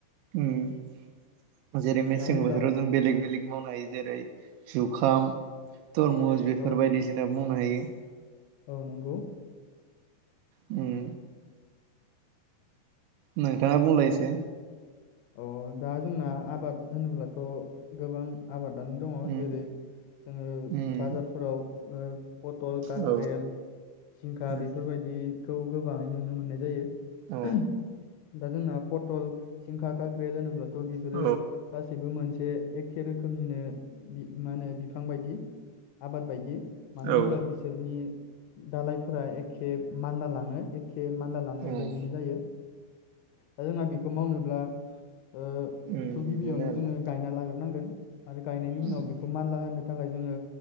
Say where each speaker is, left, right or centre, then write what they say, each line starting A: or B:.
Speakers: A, on the right; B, on the left.
A: उम्म जेरै मेसें
B: दा होनब्ला
A: बोथोराव जों बेलेग बेलेग मावनो हायो जेरै जुखाम
B: औ
A: तरमुस बेफोर
B: औ
A: बायदिसिना मावनो हायो
B: औ नंगौ
A: उम नोंथाङा बुंलाय एसे।
B: अ दा जोंना आबाद। होनोब्लाथ' गोबां आबादानो दङ
A: उम
B: जेरै जोङो
A: उम
B: बाजारफोराव ओ- पटल काक्रेल
A: औ
B: जिंखा
A: उम
B: बेफोरबायदि। खौ गोबाङै नुनो मोननाय जायो।
A: औ
B: <inaudible> दा जोंना पटल जिंखा काक्रेल होनोब थ' बेफोरो
A: औ
B: गासैबो मोनसे जे एखे रोखोमनिनो मा होनो बिफां बायदि। आबाद बायदि मानो
A: औ
B: होनब्ला बिसोरनि। दालायफोरा एखे मान्दला लाङो एखे। ए मानला लांनाय
A: उम
B: बायदिनो जायो दा जोंना बेखौ मावनो। ब्ला ओ-
A: उम
B: बेखौ
A: बिदिनो
B: गिबियावनो
A: आरोना
B: जोङो गायना लाग्रोनांगोन। आरो गायनायनि
A: उम
B: उनाव बेखौ मानला होनो। नि थाखाय जोङो